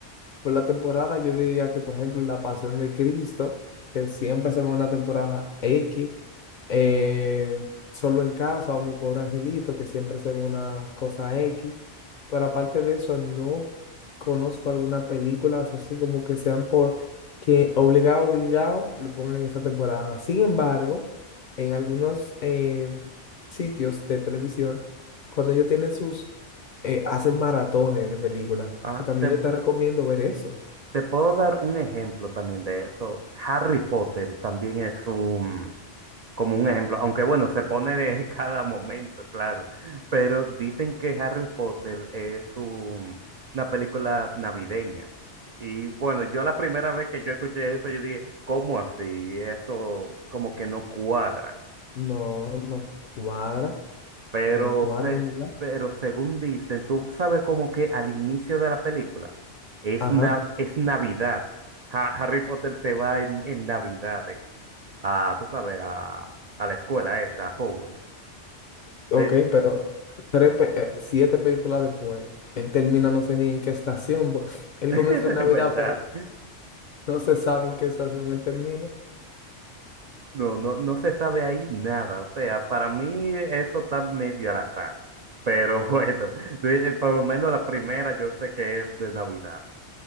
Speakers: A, on the left; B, on the right.
A: por la temporada yo diría que, por ejemplo, La Pasión de Cristo, que siempre se ve una temporada X, eh, Solo en Casa o Mi Pobre Angelito, que siempre se ve una cosa X, pero aparte de eso, no conozco algunas películas así como que sean por que obligado, obligado, lo pongan en esa temporada. Sin embargo, en algunos eh, sitios de televisión, cuando ellos tienen sus eh, hacen maratones de películas.
B: Ah,
A: que También
B: te,
A: yo te recomiendo ver eso.
B: Te puedo dar un ejemplo también de eso. Harry Potter también es un, como un ejemplo, aunque bueno, se pone de <laughs> cada momento, claro, pero dicen que Harry Potter es un- una película navideña. Y bueno, yo la primera vez que yo escuché eso, yo dije, ¿cómo así? Eso como que no cuadra.
A: No, no cuadra,
B: Pero,
A: no cuadra,
B: se,
A: ¿verdad?
B: pero según dicen, tú sabes como que al inicio de la película es,
A: Ajá,
B: na- es Navidad. Ha- Harry Potter se va en, en Navidad, en- a, tú sabes, a, a la escuela esta, a Hogwarts.
A: ok,
B: Te-
A: pero tres pe- eh, siete películas después, él termina no sé ni en qué estación, porque <laughs> él
B: <laughs>
A: comenzó en Navidad,
B: En verdad,
A: pero no se sabe en qué estación él termina.
B: no, no, no se sabe ahí nada. O sea, para mí eso está medio al azar. Pero bueno, <laughs> por lo menos la primera yo sé que es de Navidad.